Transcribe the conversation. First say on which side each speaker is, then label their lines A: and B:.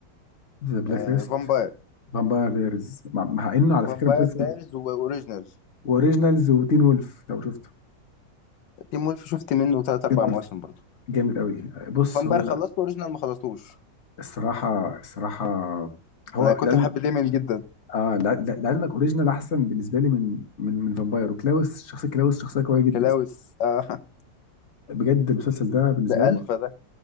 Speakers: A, on the left (about 40°); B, on the left (about 80°).
A: ذا بلاك
B: آه
A: ليست
B: فامباير
A: فامباير دايرز مع مع انه على
B: فامباير
A: فكره مسلسل
B: دايرز واوريجينال
A: اوريجينالز وتين وولف لو شفته
B: تيم وولف شفت منه تلات اربع
A: تين وولف
B: مواسم برضه
A: جامد قوي بص
B: فامباير
A: هو
B: خلصت واوريجينال ما خلصتوش
A: الصراحه الصراحه هو
B: انا كنت
A: لعلم
B: بحب ديمن جدا
A: اه لع- لع- لعلمك اوريجينال احسن بالنسبه لي من من من فامباير وكلاوس شخصيه كلاوس شخصيه قويه جدا
B: كلاوس آه
A: بجد المسلسل ده
B: <laughs>
A: بالنسبه
B: ده
A: لي
B: الفا ده